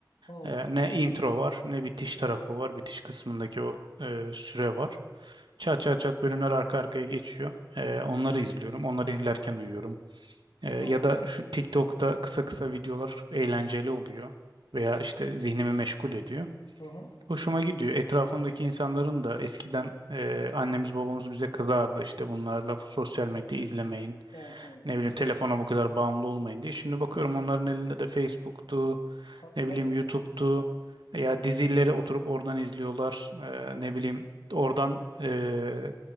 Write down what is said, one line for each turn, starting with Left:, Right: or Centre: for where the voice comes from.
Left: Hı,
Right: E, ne intro var ne bitiş tarafı var. Bitiş kısmındaki o e, süre var. Çat çat çat bölümler arka arkaya geçiyor. E, onları izliyorum. Onları izlerken uyuyorum. E, ya
Left: hı,
Right: da şu TikTok'ta kısa kısa videolar eğlenceli oluyor. Veya işte zihnimi meşgul ediyor.
Left: hı, hı.
Right: Hoşuma gidiyor. Etrafımdaki insanların da eskiden e, annemiz babamız bize kızardı işte bunlarla sosyal medya izlemeyin.
Left: Evet evet.
Right: Ne bileyim telefona bu kadar bağımlı olmayın diye. Şimdi bakıyorum onların elinde de Facebook'tu,
Left: Tabii
Right: ne
Left: tabii.
Right: bileyim YouTube'tu. Ya dizileri oturup oradan izliyorlar. E, ne bileyim oradan e,